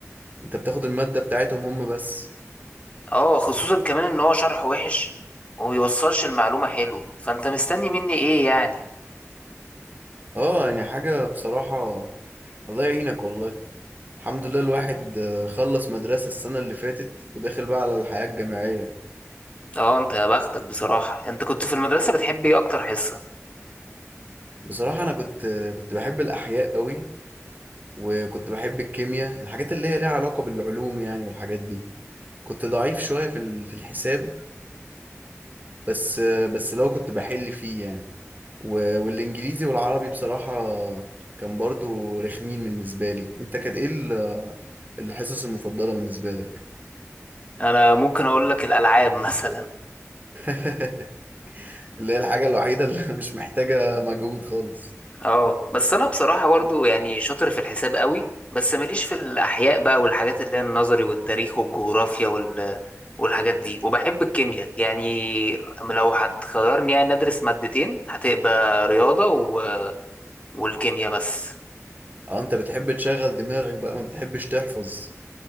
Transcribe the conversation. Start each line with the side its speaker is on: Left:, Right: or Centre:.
Right: انت بتاخد المادة بتاعتهم هم بس
Left: اه خصوصا كمان ان هو شرحه وحش وميوصلش المعلومه حلو فانت مستني مني ايه يعني
Right: اه يعني حاجة بصراحة الله يعينك والله الحمد لله الواحد آه، خلص مدرسة السنة اللي فاتت وداخل بقى على الحياة الجامعية
Left: اه انت يا بختك بصراحه انت كنت في المدرسه بتحب ايه اكتر حصه
Right: بصراحة انا كنت آه، كنت بحب الاحياء قوي وكنت بحب الكيمياء الحاجات اللي هي ليها علاقة بالعلوم يعني والحاجات دي كنت ضعيف شوية في ال- في الحساب بس آه، بس لو كنت بحل فيه يعني و- والانجليزي والعربي بصراحة كان برضو رخمين بالنسبة لي انت كانت ايه ال- الحصص المفضلة بالنسبة لك
Left: انا ممكن اقول لك الالعاب <laughs> مثلا
Right: <laughs> اللي هي الحاجة الوحيدة اللي <laughs> مش محتاجة مجهود خالص
Left: اه بس انا بصراحه برضو يعني شاطر في الحساب قوي بس ماليش في الاحياء بقى والحاجات اللي هي النظري والتاريخ والجغرافيا وال... والحاجات دي وبحب الكيمياء يعني لو هتخيرني يعني ادرس مادتين هتبقى رياضه و... والكيمياء بس
Right: اه انت بتحب تشغل دماغك بقى ما بتحبش تحفظ